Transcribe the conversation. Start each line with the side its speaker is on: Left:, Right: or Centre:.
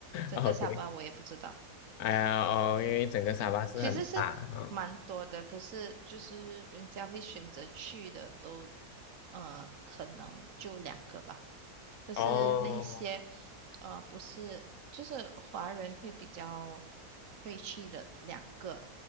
Right: 整个沙巴我也不知道。
Left: ，OK，哎呀哦，因为整个沙巴是很大啊，
Right: 嗯，其实是蛮多的，可是就是人家会选择去的都，呃，可能就两个吧。就是那些
Left: 哦，
Right: 呃不是，就是华人会比较会去的两个，